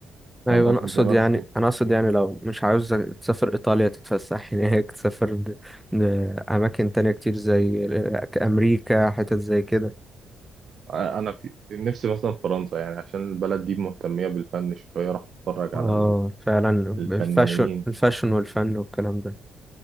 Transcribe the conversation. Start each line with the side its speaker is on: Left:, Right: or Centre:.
Centre: ايوه
Right: فاهم قصدي
Centre: انا اقصد
Right: زمان
Centre: يعني
Right: كنت
Centre: انا اقصد يعني لو مش عاوز تسافر ايطاليا تتفسح <laughs> هناك تسافر د- د- اماكن تانية كتير زي ال- امريكا حتت زي كده
Right: انا في نفسي مثلا فرنسا يعني عشان البلد دي مهتميه بالفن شويه راح اتفرج
Centre: اه
Right: على ال-
Centre: فعلا
Right: الفنانين
Centre: الفاشن الفاشن والفن والكلام ده